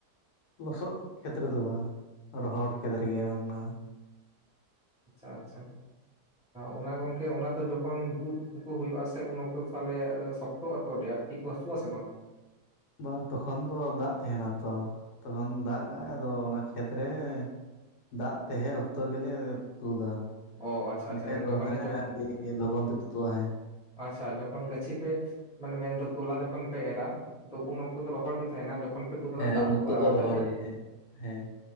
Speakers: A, on the left; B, in the centre.
A: ᱞᱚᱥᱚᱫ ᱠᱷᱮᱛ ᱨᱮᱫᱚ ᱵᱟᱝ ᱨᱚᱦᱚᱲ ᱠᱷᱮᱛ ᱨᱮᱜᱮ ᱚᱱᱟ᱾
B: ᱟᱪᱷᱟ ᱟᱪᱷᱟ, ᱚᱱᱟ ᱜᱚᱝᱠᱮ ᱚᱱᱟ ᱫᱚ ᱡᱚᱠᱷᱚᱱ ᱛᱩᱫ ᱩᱠᱩ ᱦᱩᱭᱩᱜ-ᱟ ᱥᱮ ᱩᱱ ᱚᱠᱛᱚ ᱛᱟᱦᱚᱞᱮ ᱥᱚᱠ- ᱛᱚ ᱟᱛᱚ ᱰᱮᱭᱟᱴ ᱛᱤᱠᱚ ᱦᱟᱹᱥᱩᱣᱟ ᱥᱮ ᱵᱟᱝ?
A: ᱵᱟ ᱛᱚᱠᱷᱚᱱ ᱫᱚ ᱫᱟᱜ ᱛᱟᱦᱮᱱᱟ ᱛᱚ ᱛᱚᱠᱷᱚᱱ ᱫᱟᱜ ᱠᱟᱜ ᱟᱫᱚ ᱚᱱᱟ ᱠᱷᱮᱛ ᱨᱮ ᱫᱟᱜ ᱛᱟᱦᱮᱸ ᱚᱠᱛᱚ ᱜᱮᱞᱮ ᱛᱩᱫᱟ᱾
B: ᱚ ᱟᱪᱪᱷᱟ
A: ᱮᱱᱠᱷᱟᱡ
B: ᱟᱪᱪᱷᱟ ᱜᱚᱝᱠᱮ
A: ᱫᱚ
B: ᱢᱟᱱᱮ
A: ᱦᱮᱸ ᱟᱹᱰᱤ ᱞᱚᱜᱚᱱ ᱛᱮ ᱛᱩᱫᱩᱜ-ᱟ᱾ ᱦᱮᱸ
B: ᱟᱪᱷᱟ ᱡᱚᱠᱷᱚᱱ ᱜᱟᱹᱪᱷᱤ ᱯᱮ ᱢᱟᱱᱮ ᱢᱮᱱᱫᱚ ᱛᱚᱞᱟ ᱡᱚᱠᱷᱚᱱ ᱯᱮ ᱮᱨᱟ ᱛᱚ ᱩᱱ ᱚᱠᱛᱚ ᱫᱚ ᱨᱚᱦᱚᱲ ᱜᱮ ᱛᱟᱦᱮᱱᱟ ᱡᱚᱠᱷᱚᱱ ᱯᱮ᱾ ᱛᱩᱫᱟ
A: ᱦᱮᱸ
B: ᱫᱟᱜ
A: ᱩᱱ
B: ᱯᱮ
A: ᱚᱠᱛᱚ
B: ᱠᱚᱨᱟᱣᱟ
A: ᱫᱚ ᱨᱚᱦᱚᱲ
B: ᱛᱟᱭᱛᱚ
A: ᱜᱮ ᱛᱟᱦᱮᱸᱱᱟ᱾ ᱦᱮᱸ